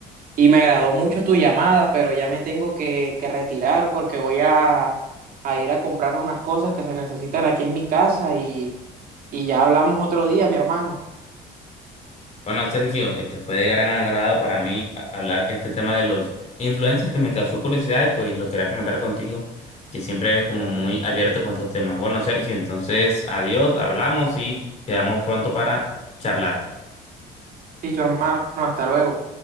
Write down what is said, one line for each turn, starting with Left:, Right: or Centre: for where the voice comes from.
Right: y me agradó mucho tu llamada, pero ya me tengo que, que retirar porque voy a, a ir a comprar unas cosas que se necesitan aquí en mi casa y, y ya hablamos otro día, mi hermano.
Left: Bueno, Sergio, este fue de gran agrado para mí a- hablar este tema de los influencers que me causó curiosidad y pues lo quería comentar contigo, que siempre eres como muy abierto con estos temas. Bueno, Sergio, entonces adiós, hablamos y quedamos pronto para charlar.
Right: y tu hermano, hasta luego.